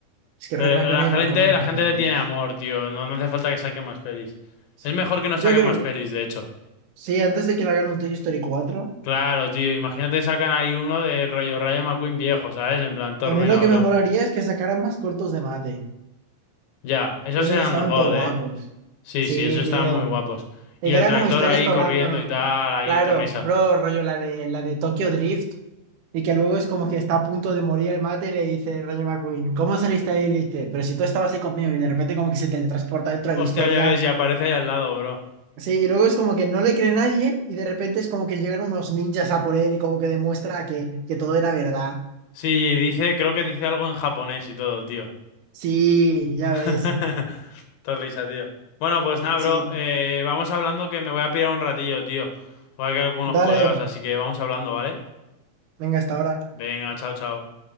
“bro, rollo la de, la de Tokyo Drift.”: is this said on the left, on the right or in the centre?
Right